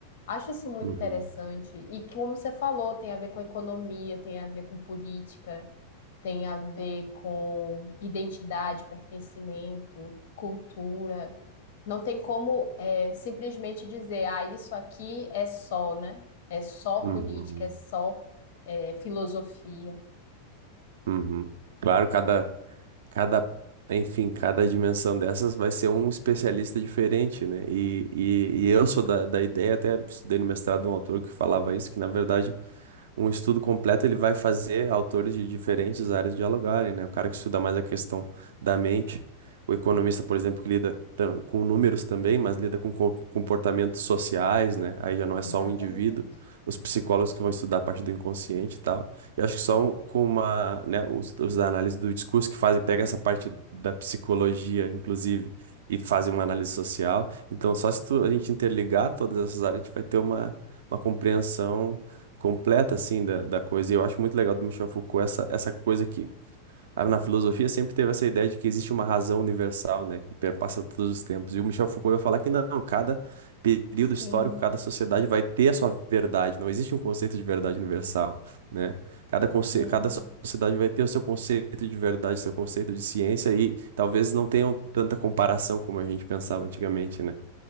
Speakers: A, on the left; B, on the right.
A: Acho isso muito
B: uhum,
A: interessante. E que, como você falou, tem a ver com economia, tem a ver com política tem a ver com identidade, pertencimento, cultura. Não tem como é, simplesmente dizer, ah, isso aqui é só, né? É só
B: uhum,
A: política, é só é, filosofia.
B: uhum. Claro, cada, cada, enfim, cada dimensão dessas vai ser um especialista diferente, né? E, e, e eu sou da, da ideia, até estudei no mestrado um autor que falava isso, que na verdade um estudo completo ele vai fazer autores de diferentes áreas dialogarem, né? O cara que estuda mais a questão da mente, o economista, por exemplo, que lida tam- com números também, mas lida com co- comportamentos sociais, né? Aí já não é
A: Exatamente.
B: só um indivíduo. Os psicólogos que vão estudar a parte do inconsciente e tal. Eu acho que só um- com uma, né, os, os da análise do discurso que fazem, pega essa parte da psicologia, inclusive, e fazem uma análise social. Então, só se tu- a gente interligar todas essas áreas, a gente vai ter uma, uma compreensão completa assim da, da coisa. E eu acho muito legal do Michel Foucault essa, essa coisa que ah, na filosofia sempre teve essa ideia de que existe uma razão universal, né, que perpassa todos os tempos. E o Michel Foucault vai falar que não, cada período
A: Sim,
B: histórico, cada sociedade vai ter a sua verdade. Não existe um conceito de verdade universal, né? Cada conce...
A: sim.
B: cada so- sociedade vai ter o seu conceito de verdade, seu conceito de ciência e talvez não tenham tanta comparação como a gente pensava antigamente, né?